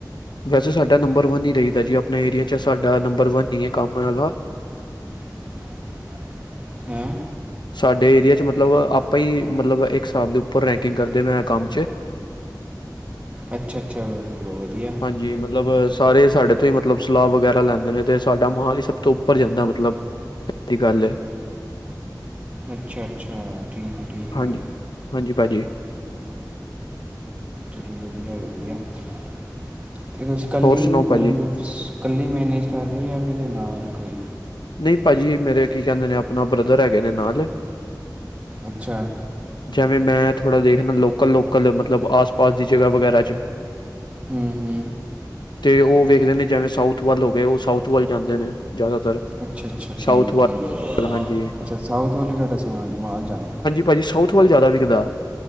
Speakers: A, on the left; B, on the right.
A: ਵੈਸੇ ਸਾਡਾ ਨੰਬਰ ਵਨ ਹੀ ਰਹੀਦਾ ਜੀ ਆਪਣੇ ਏਰੀਏ 'ਚ ਸਾਡਾ ਨੰਬਰ ਵਨ ਹੀ ਹੈ ਕੰਮ ਵਾਲਾ
B: <inaudible> ਹੈ-
A: ਸਾਡੇ ਏਰੀਆ ਚ ਮਤਲਬ ਆਪਾਂ ਹੀ ਮਤਲਬ ਇੱਕ ਹਿਸਾਬ ਦੇ ਉੱਪਰ ਰੈਂਕਿੰਗ ਕਰਦੇ ਮੈਂ ਕੰਮ
B: ਅੱਛਾ ਅੱਛਾ, ਵਧੀਆ
A: ਹਾਂਜੀ ਮਤਲਬ ਸਾਰੇ ਸਾਡੇ ਤੋਂ ਹੀ ਮਤਲਬ ਸਲਾਹ ਵਗੈਰਾ ਲੈਂਦੇ ਨੇ ਤੇ ਸਾਡਾ ਮਾਲ ਹੀ ਸਭ ਤੋਂ ਉੱਪਰ ਜਾਂਦਾ ਮਤਲਬ ਸਹੀ ਗੱਲ ਹੈ
B: ਅੱਛਾ -ਅੱਛਾ ਠੀਕ ਹੈ ਠੀਕ
A: ਹਾਂਜੀ-
B: ਹੈ
A: ਹਾਂਜੀ -ਭਾਜੀ
B: ਚੱਲੋ ਵਧੀਆ- ਵਧੀਆ ਅਤੇ ਤੁਸੀ ਇਕੱਲੀ
A: ਹੋਰ ਸੁਣਾਓ ਭਾਅ
B: ਮਤਲਬ
A: ਜੀ
B: ਇਕੱਲੀ ਮੈਨੇਜ ਕਰ ਰਹੇ ਜਾਂ ਫਿਰ ਨਾਲ ਕੋਈ
A: ਨਹੀਂ ਭਾਅ ਜੀ ਮੇਰੇ ਕੀ ਕਹਿੰਦੇ ਨੇ ਆਪਣਾ ਬ੍ਰਦਰ ਹੈਗੇ ਨੇ ਨਾਲ
B: ਅੱਛਾ-
A: ਜਿਵੇਂ ਮੈਂ ਥੋੜਾ ਦੇਖਣਾ ਲੋਕਲ -ਲੋਕਲ ਮਤਲਬ ਆਸ- ਪਾਸ ਦੀ ਜਗਾ ਵਗੈਰਾ ਚ
B: ਹੂ -ਹੂ
A: ਤੇ ਉਹ ਵੇਖਦੇ ਨੇ ਜਿਵੇਂ ਸਾਊਥ ਵੱਲ ਹੋ ਗਏ ਉਹ ਸਾਊਥ ਵੱਲ ਜਾਂਦੇ ਨੇ ਜ਼ਿਆਦਾਤਰ
B: ਅੱਛਾ- ਅੱਛਾ ਠੀਕ
A: ਸਾਊਥ ਵੱਲ
B: -ਠੀਕ ਹੈ
A: ਹਾਂਜੀ
B: ਅੱਛਾ ਸਾਊਥ ਵਾਲੀ ਸਾਡਾ ਸਮਾਨ ਮਾਲ ਜਾਂਦਾ
A: ਭਾਜੀ ਸਊਥ ਵਾਲ ਕਿਦਾ